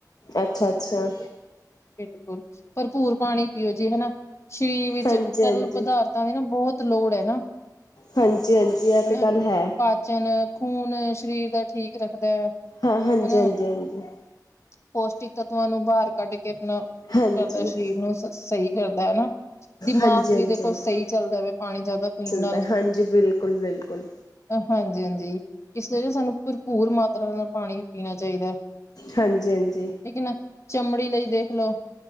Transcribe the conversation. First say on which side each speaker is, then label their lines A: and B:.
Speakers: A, on the left (about 60°); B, on the left (about 40°).
A: ਅੱਛਾ- ਅੱਛਾ।
B: ਬਿਲਕੁਲ, ਭਰਪੂਰ ਪਾਣੀ ਪੀਓ ਜੀ ਹਨਾ। ਸਰੀਰ ਵਿੱਚ
A: ਹਾਂਜੀ
B: ਤਰਲ
A: ਹਾਂਜੀ
B: ਪਦਾਰਥਾਂ ਦੀ ਨਾ ਬੋਤ ਲੋੜ ਐ ਨਾ।
A: ਹਾਂਜੀ ਹਾਂਜੀ ਇਹ
B: ਹਨਾ।
A: ਤੇ ਗੱਲ ਹੈ
B: ਪਾਚਨ, ਖੂਨ ਸ਼ਰੀਰ ਦਾ ਠੀਕ ਰੱਖਦਾ।
A: ਹਾਂ, ਹਾਂਜੀ-ਹਾਂਜੀ-ਹਾਂਜੀ।
B: ਹਨਾ ਪੌਸ਼ਟਿਕ ਤੱਤਵਾਂ ਨੂੰ ਬਾਰ ਕੱਢ ਕੇ ਆਪਣਾ
A: ਹਾਂਜੀ
B: ਕਰਦਾ
A: ਹਾਂਜੀ
B: ਸ਼ਰੀਰ ਨੂੰ ਸ ਸਈ ਕਰਦਾ ਐ ਨਾ। ਦਿਮਾਕ
A: ਹਾਂਜੀ ਹਾਂਜੀ
B: ਵੀ ਦੇਖੋ ਸਈ ਚੱਲਦਾ ਵੈ ਪਾਨੀ ਜਾਦਾ ਪੀਨ
A: ਚੱਲਦਾ
B: ਨਾਲ।
A: ਹਾਂਜੀ ਬਿਲਕੁਲ ਬਿਲਕੁਲ
B: ਹਾਂਜੀ-ਹਾਂਜੀ ਇਸ ਲਈ ਸਾਨੂੰ ਭਰਪੂਰ ਮਾਤਰਾ ਨਾਲ ਪਾਨੀ ਪੀਨਾ ਚਾਈਦਾ।
A: ਹਾਂਜੀ- ਹਾਂਜੀ।
B: ਠੀਕ ਐ ਨਾ ਚਮੜੀ ਲਈ ਦੇਖਲੋ,